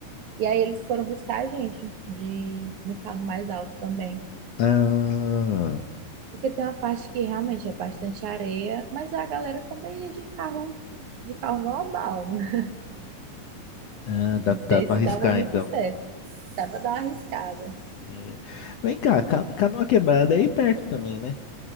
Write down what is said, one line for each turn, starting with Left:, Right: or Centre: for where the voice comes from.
Right: E aí eles foram buscar a gente de, no carro mais alto também.
Left: Ah,
Right: Porque tem uma parte que realmente é bastante areia, mas a galera também ia de carro, de carro normal. <laughs> né?
Left: ah, dá,
Right: Não sei
Left: dá pra
Right: se
Left: arriscar
Right: dava muito
Left: então.
Right: certo. Dá para dar uma arriscada.
Left: É. Vem cá, Ca- Canoa Quebrada é aí perto também, né?